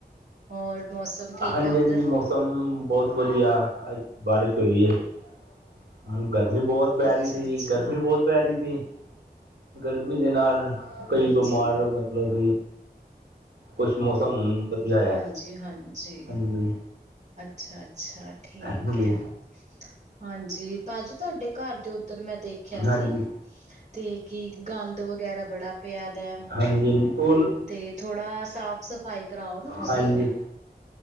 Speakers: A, on the right (about 45°); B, on the right (about 85°).
A: ਹੋਰ ਮੌਸਮ ਠੀਕ
B: ਹਾਂਜੀ
A: ਹੈ, ਉੱਧਰ?
B: ਹਾਂਜੀ ਮੌਸਮ ਬਹੁਤ ਵਧੀਆ, ਅੱਜ ਬਾਰਿਸ਼ ਹੋਈ ਹੈ ਹਾਂ, ਗਰਮੀ ਬਹੁਤ, ਪੈ
A: ਅੱਛਾ
B: ਰਹੀ ਸੀ।
A: ਅੱਛਾ
B: ਗਰਮੀ ਬਹੁਤ, ਪੈ ਰਹੀ ਸੀ। ਗਰਮੀ ਦੇ ਨਾਲ, ਕਈ
A: ਹਾਂਜੀ,
B: ਬਿਮਾਰ। ਮਤਲਬ, ਕੁਛ ਮੌਸਮ ਹੂੰ, ਵਧੀਆ।
A: ਹਾਂਜੀ-
B: ਆ
A: ਹਾਂਜੀ।
B: ਹਾਂਜੀ
A: ਅੱਛਾ- ਅੱਛਾ, ਠੀਕ
B: ਹਾਂਜੀ
A: ਹੈ। ਹਾਂਜੀ। ਜੀ, ਭਾਜੀ ਤੁਹਾਡੇ, ਘਰ ਦੇ ਉੱਧਰ, ਮੈਂ ਦੇਖਿਆ
B: ਹਾਂਜੀ
A: ਸੀ। ਤੇ, ਕੀ ਗੰਦ, ਵਗੈਰਾ ਬੜਾ ਪਿਆ ਦਾ।
B: ਹਾਂਜੀ। ਉਹਨੂੰ।
A: ਤੇ, ਥੋੜਾ ਸਾਫ- ਸਫ਼ਾਈ, ਕਰਾਓ ਨਾ, ਤੁਸੀਂ।
B: ਹਾਂਜੀ